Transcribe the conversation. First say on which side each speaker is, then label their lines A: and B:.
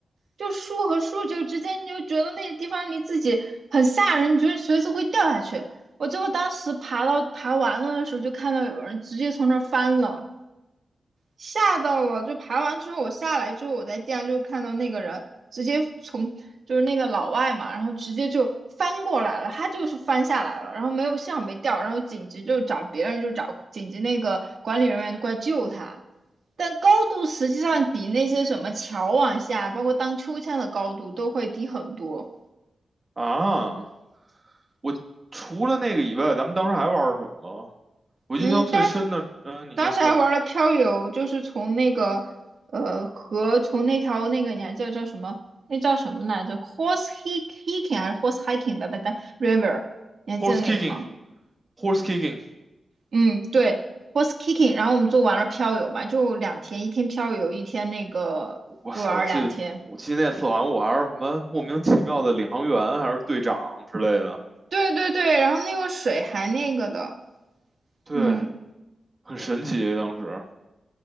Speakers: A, on the right; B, on the right.
A: 就树和树就之间，你就觉得那个地方离自己很吓人，你觉得随时会掉下去。我最后当时爬到爬完了的时候，就看到有人直接从那儿翻了。吓到了，就爬完之后我下来之后，我在地上就看到那个人直接从就是那个老外嘛，然后直接就翻过来了，他就是翻下来了，然后没有幸好没掉，然后紧急就找别人就找紧急那个管理人员就过来救他，但高度实际上比那些什么桥往下，包括荡秋千的高度都会低很多。
B: 啊！我除了那个以外，咱们当时还玩儿什么了？我印象最深的，
A: 嗯，但是
B: 嗯，你先说
A: 当时还玩了漂流，就是从那个呃河，从那条那个你还记得叫什么？那叫什么来着？Horse hi- hiking 还是 horse hiking 的吧？但 river，你还记得那个吗？
B: ，horse kicking，horse kicking，
A: 嗯，对，horse hiking。然后我们就玩了漂流嘛，就两天，一天漂流，一天那个，
B: 哇塞，
A: 就玩了两天。
B: 我记得我记得那次好像我还是什么莫名其妙的领航员还是队长之类的，
A: 对对对，然后那个水还那个的，
B: 对，
A: 嗯
B: 很神奇当时。